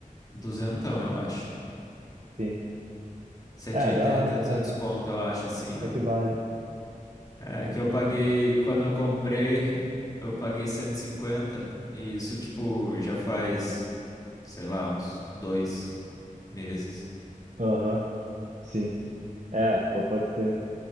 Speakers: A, on the left; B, on the right.
A: Duzentão, eu acho.
B: Sim.
A: cento
B: É,
A: e oitenta
B: da hora.
A: 200
B: É,
A: conto, eu acho, assim,
B: até
A: ó.
B: que vale.
A: É que eu paguei, quando eu comprei, eu paguei 150 e cinquenta, e isso, tipo, já faz, sei lá, uns dois meses.
B: Aham, sim. É, pô, pode ser.